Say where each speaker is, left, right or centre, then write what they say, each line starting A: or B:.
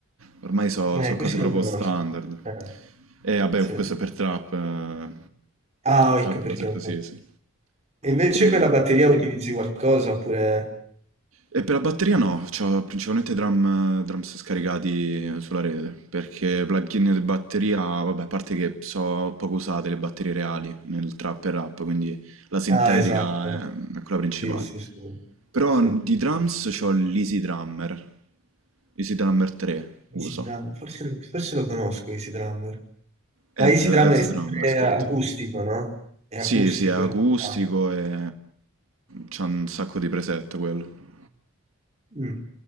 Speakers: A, on the right; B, on the right.
A: Ormai sono
B: eh,
A: cose
B: questi
A: proprio
B: non conosco.
A: standard.
B: Eh,
A: E vabbè,
B: sì.
A: questo è per trap, eh,
B: Ah,
A: trap,
B: ecco perché
A: cose così,
B: non conosco.
A: sì.
B: E invece
A: E...
B: quella batteria utilizzi qualcosa oppure...
A: E per la batteria no, c'ho principalmente drum, drums scaricati sulla rete, perché plugin di batteria, vabbè, a parte che so poco usate le batterie reali nel trap e rap, quindi la sintetica
B: Ah, esatto.
A: è, è quella principale.
B: eh. Sì, sì, sì.
A: Però
B: Sì.
A: di drums c'ho l'Easy Drummer, Easy Drummer 3 uso,
B: Easy Drum, Forse, lo forse lo conosco, Easy Drummer.
A: Heads,
B: Ma Easy
A: Heads
B: Drummer è sempre
A: Drummer scritto.
B: acustico, no? È
A: Sì,
B: acustico.
A: sì, è acustico
B: se non sbaglio.
A: e c'ha un sacco di preset quello.
B: Mm.